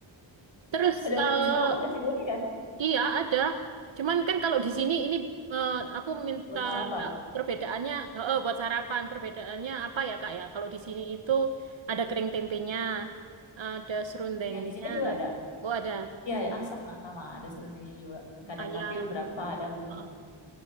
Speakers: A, on the right; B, on the left.
A: Terus
B: Ada
A: eh
B: di situ ada nasi kuning kan
A: iya ada. Cuman kan kalau di sini ini eh, aku minta
B: buat sarapan.
A: perbedaannya eh, eh, buat sarapan perbedaannya apa ya Kak ya? Kalau di sini itu ada kering tempenya, ada serundengnya.
B: Ya, di sini juga ada.
A: Oh ada
B: Ya, ah, sama sama ada serundengnya juga. Kadang
A: ayam.
B: tapi beberapa ada, beberapa
A: Oh,
B: enggak.